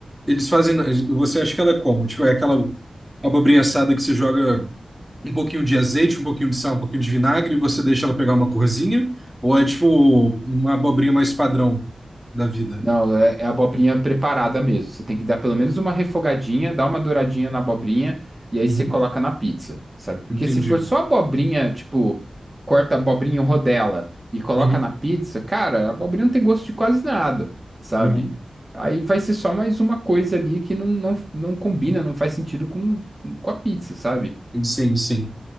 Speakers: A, in the centre; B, on the right.
A: eles fazem. na- Você acha que ela é como? Tipo, é aquela abobrinha assada que você joga um pouquinho de azeite, um pouquinho de sal, um pouquinho de vinagre e você deixa ela pegar uma corzinha? Ou é tipo uma abobrinha mais padrão da vida?
B: Não, é, é abobrinha preparada mesmo. Você tem que dar pelo menos uma refogadinha, dar uma douradinha na abobrinha e aí
A: Uhum.
B: você coloca na pizza, sabe? Porque
A: Entendi.
B: se for só abobrinha, tipo, corta a abobrinha em rodela e coloca
A: Uhum.
B: na pizza, cara, a abobrinha não tem gosto de quase nada, sabe?
A: Uhum.
B: Aí vai ser só mais uma coisa ali que não, não, não combina, não faz sentido com, com a pizza, sabe?
A: Sim, sim.